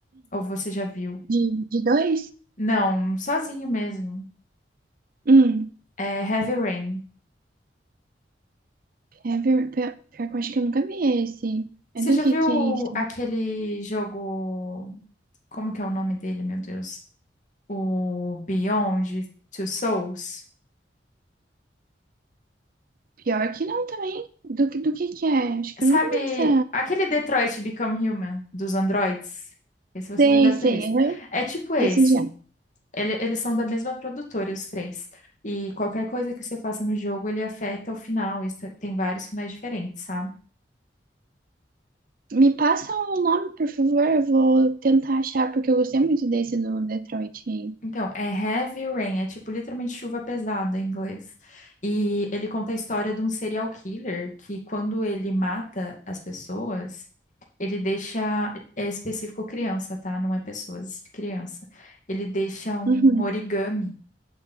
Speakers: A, on the left (about 45°); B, on the right (about 50°).
A: ou você já viu.
B: De, de dois?
A: Não, sozinho mesmo.
B: Hum,
A: É Heavy Rain.
B: é ver- pior, pior que eu acho que eu nunca vi esse.
A: Você
B: É do
A: já
B: que
A: viu
B: que é isso?
A: aquele jogo? Como que é o nome dele, meu Deus? O Beyond Two Souls?
B: Pior que não também. Do, que- do que que é? Acho que
A: Sabe
B: eu nunca vi essa.
A: aquele Detroit Become Human dos androids? Esse você
B: Sei,
A: já deve ter
B: sei.
A: visto.
B: aham.
A: É tipo esse.
B: Esse já.
A: Ele- eles são da mesma produtora, os três. E qualquer coisa que você faça no jogo, ele afeta o final. Isso, tem vários finais diferentes, sabe?
B: Me passa o nome, por favor. Eu vou tentar achar, porque eu gostei muito desse do Detroit aí.
A: Então, é Heavy Rain, é tipo literalmente chuva pesada em inglês. E ele conta a história de um serial killer que, quando ele mata as pessoas, ele deixa. É específico criança, tá? Não é pessoas, é criança. Ele deixa um
B: Uhum.
A: origami,